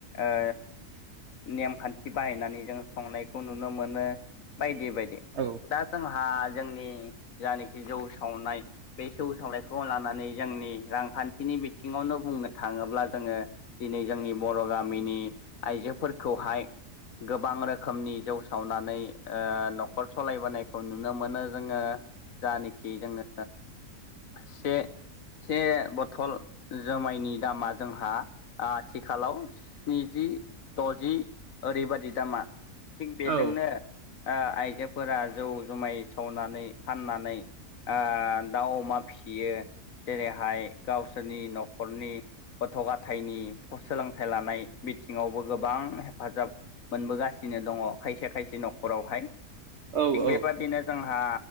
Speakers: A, on the left (about 65°); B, on the right (about 50°).
A: ओ नेमखान्थि बाहायनानै जों संनायखौ नुनो मोनो बायदि बायदि
B: औ
A: दा जोंहा जोंनि जानायखि जौ सावनाय बे सौ सावलाायखौ लानानै जोंनि रांखान्थिनि बिथिङावनो बुंनो थाङोब्ला जोङो दिनै जोंनि बर' गामिनि आइजोफोरखौहाय गोबां रोखोमनि जौ सावनानै ओ नखर सालायबोनायखौ नुनो मोनो जोङो जानेखि जोङो से से बथल जोमायनि दामा जोंहा आथिखालाव स्निजि द'जि ओरैबादि दामा थिग बेजोंनो
B: औ
A: आइजोफोरा जौ जुमाय सावनानै फाननानै ओ दाउ अमा फियो जेरैहाय गावसोरनि नखरनि गथ' गाथायनि सोलोंथाइ लानाय बिथिङावबो गोबां हेफाजाब मोनबोगासिनो दङ खायसे खायसे नखरावहाय
B: औ
A: थिग बेबादिनो जोंहा